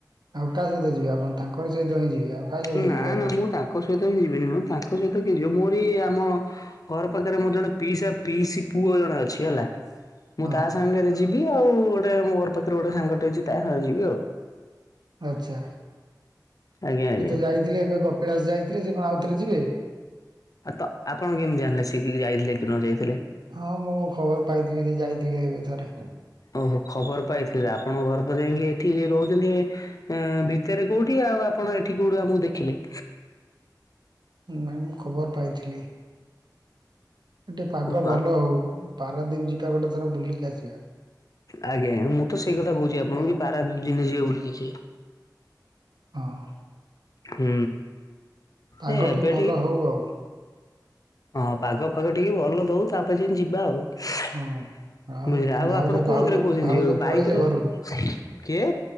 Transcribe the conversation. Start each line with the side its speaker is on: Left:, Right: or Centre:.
Right: ଆଉ କାହା ସହିତ ଯିବେ ଆପଣ? ତାଙ୍କରି ସହିତ ହିଁ ଯିବେ। ଆଉ କାହା ସହିତ
Left: ନା
Right: ଯିବେ ଆପଣ
Left: ନା, ମୁଁ ତାଙ୍କ ସହିତ ହିଁ ଯିବିନି, ମୁ ତାଙ୍କ ସହିତ କେ ଯିବ ମୋରି ଆମ ଘର ପାଖରେ ମୋର ଜଣେ ପିଇସା ପିଇସି ପୁଅ ଜଣେ ଅଛି ହେଲା। ମୁଁ
Right: ହଁ
Left: ତା ସାଙ୍ଗରେ ଯିବି ଆଉ, ଗୋଟେ ମୋ ଘର ପାଖରେ ଗୋଟେ ସାଙ୍ଗଟି ଅଛି ତା ସାଙ୍ଗରେ ଯିବି ଆଉ।
Right: ଆଛା,
Left: ଆଜ୍ଞା ଆଜ୍ଞା
Right: ସେ ତ ଯାଇଥିଲେ ଏବେ କପିଳାସ ଯାଇଥିଲେ, ସେ କଣ ଆଉଥରେ ଯିବେ?
Left: ଆ ତ ଆପଣ କେମିତି ଜାଣିଲେ ସେ କି ଯାଇଥିଲେ କି ନ ଯାଇଥିଲେ?
Right: ହଁ, ମୁଁ ଖବର ପାଇଥିଲି ଯେ ଯାଇଥିଲେ ଏବେ ଥରେ।
Left: ଓହୋ, ଖବର ପାଇଥିଲେ, ଆପଣ ଘର ତ ଯାଇକି ଏଠି ରହୁଛନ୍ତି। ଅ ଭିତରେ କୋଉଠି, ଆଉ ଆପଣ ଏଠି କୋଉଠି ଆମକୁ ଦେଖିଲେ?
Right: ନାଇଁ ମୁଁ ଖବର ପାଇଥିଲି। ଏଠେ ପାଗ
Left: ଓହୋ
Right: ଭଲ ହଉ। ପାରାଦୀପ ଯିବା ଗୋଟେ ଥର ବୁଲିକି ଆସିବା।
Left: ଆଜ୍ଞା, ମୁଁ ତ ସେଇ କଥା କହୁଛି ଆପଣଙ୍କୁ କି ପାରାଦୀପ ଯିବା ବୁଲିକି ଆସିବା।
Right: ହଁ।
Left: ହୁଁ।
Right: ପାଗ
Left: ଏ ଏବେ
Right: ଟିକେ ଭଲ ହେଉ ଆଉ।
Left: ହଁ, ପାଗ ଫାଗ ଟିକେ ଭଲ ଦଉ, ତାପରେ ଯଦି ଯିବା ଆଉ।
Right: ହଁ। ଆଉ
Left: ଯାହାହଉ
Right: ଭାଉଜ
Left: ଆପଣ କୋଉଥିରେ
Right: ଭାଉଜ
Left: କହୁଛନ୍ତି
Right: ଭାଉଜ
Left: ଯିବାକୁ,
Right: ପଳେଇଲେ
Left: ବାଇକରେ?
Right: ଘରକୁ
Left: କିଏ?